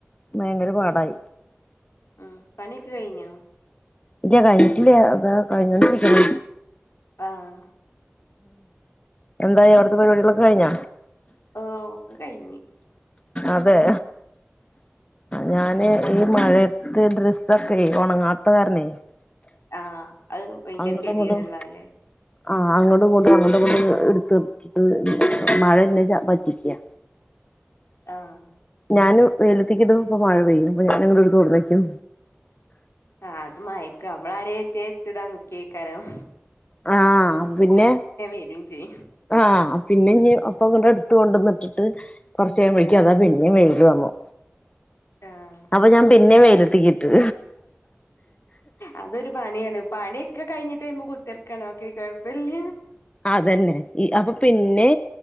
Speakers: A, on the left; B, on the left.
A: ഭയങ്കര പാടായി
B: ഉംപണിയൊക്കെ കയിഞ്ഞോ
A: ഇല്യ കഴിഞ്ഞിട്ടില്ല്യ ദ കഴിഞ്ഞോണ്ടിരിക്കുന്നു
B: ആഹ്
A: ഉംഎന്തായി അവിടത്തെ പരിപാടികളൊക്കെ കഴിഞ്ഞ
B: ഓഹ് ഒക്കെ കഴിഞ്ഞി
A: അതെ ഞാന് ഈ മഴത്ത് ഡ്രസ്സൊക്കെ ഉണങ്ങാത്ത കാരണേ
B: ആഹ് അത് വയങ്കര
A: അങ്ങോട്ടും
B: കെദിയേട്ള്ളതാല്ലേ
A: ഇങ്ങോട്ടും ആഹ് അങ്ങടും ഇങ്ങടും അങ്ങട്ടും ഇങ്ങടും ഇട്ത്തിട്ടിട്ട് മഴ ന്നെ ച പറ്റിക്ക്യ
B: അഹ
A: ഞാന് വെയിലത്തിക്കിടും ഇപ്പം മഴ പെയ്യും അപ്പ ഞാൻ ഇങ്ങടെടുത്ത കൊടുന്നെക്കും.
B: ആ അത് മയക്ക് അമ്മളാരെ എത്തിയാ എട്ത്തിടാൻ നിക്കേയ്ക്കാരം
A: ആ പിന്നെ
B: വരും ചെയ്യും
A: ആ പിന്നെ ഇനി ഒപ്പങ്ങട് എടുത്ത് കൊണ്ടന്നിട്ടിട്ട് കുറച്ച കഴിയുമ്പോഴേക്ക്
B: ആഹ്
A: അതാ പി പിന്നെ വെയില് വന്നു
B: ആഹ്
A: അപ്പൊ ഞാൻ പിന്നെ വെയിലെത്തിക്കിട്ടു
B: അതൊരു പണിയാണ് പണി ഇക്കെ കഴിഞ്ഞട്ട് അയ്മെ കുത്തിർക്കാനൊക്കെ കൊഴപ്പല്ല
A: അതന്നെ ഈ അപ്പൊ പിന്നെ